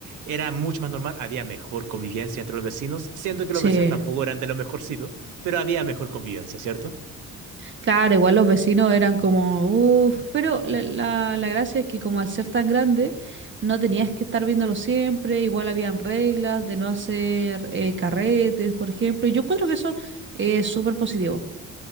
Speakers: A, on the right (about 85°); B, on the right (about 40°).
A: era mucho más normal, había mejor convivencia entre los vecinos, siendo que
B: Sí.
A: los vecinos tampoco eran de los mejorcitos, pero había mejor convivencia, ¿cierto?
B: Claro, igual los vecinos eran como, uff, pero la, la- la gracia es que como al ser tan grande, no tenías que estar viéndolo siempre, igual habían reglas de no hacer eh, carretes, por ejemplo, y yo encuentro que eso es súper positivo,